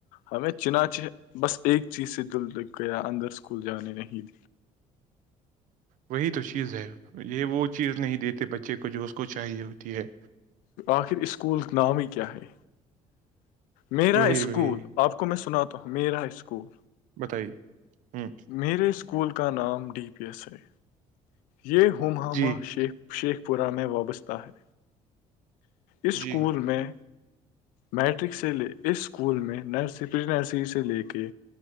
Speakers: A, on the left (about 85°); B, on the right (about 75°).
A: ہمیں چناچ بس ایک چیز سے دل لک گیا اندر اسکول جانے نہیں
B: وہی تو چیز ہے یہ وہ چیز نہیں دیتے بچے کو جو اس کو چاہیے ہوتی ہے
A: آخر اسکولک نام ہی کیا ہے میرا
B: وہی
A: اسکول
B: وہی
A: آپ کو میں سناتا ہوں میرا اسکول
B: بتائیے ہوں
A: میرے اسکول کا نام ڈی پی ایس ہے یہ ہمہامہ
B: جی
A: شیخ شیخ پورہ میں وابستہ ہے اس اسکول
B: جی
A: میں میٹرک سے لے اس اسکول میں نرس پری نرسری سے لے کے